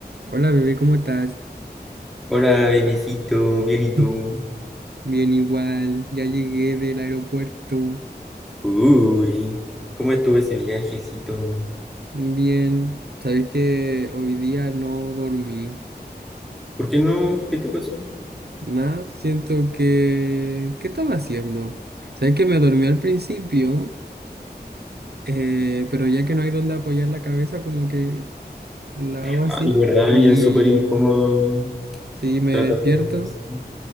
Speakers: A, on the right; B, in the centre.
A: Hola bebé, ¿cómo estás?
B: Hola, bebecito, bien y
A: <clears throat>
B: tú.
A: Bien igual, ya llegué del aeropuerto.
B: Uy, ¿cómo estuvo ese viajecito?
A: Bien, sabes que hoy día no dormí.
B: ¿Por qué no? ¿Qué te pasó?
A: Nada, siento que... ¿Qué estaba haciendo? Sabes que me dormí al principio, eh, pero ya que no hay donde apoyar la cabeza, como que la hago
B: Ay,
A: así
B: verdad,
A: y
B: y es súper incómodo
A: sí, me
B: tratar
A: despierto.
B: de dormir así.